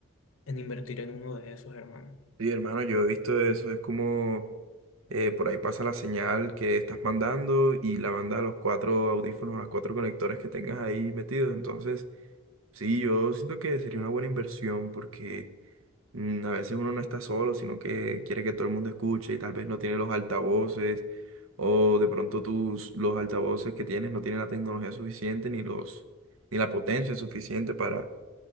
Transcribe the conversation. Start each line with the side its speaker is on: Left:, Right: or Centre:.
Left: en invertir en uno de esos, hermano.
Right: Sí, hermano, yo he visto eso, es como eh, por ahí pasa la señal que estás mandando y la manda a los cuatro audífonos, a los cuatro conectores que tengas ahí metidos. Entonces, sí, yo siento que sería una buena inversión porque mm, a veces uno no está solo, sino que quiere que todo el mundo escuche y tal vez no tiene los altavoces O de pronto tus, los altavoces que tienes no tienen la tecnología suficiente ni los, ni la potencia suficiente para,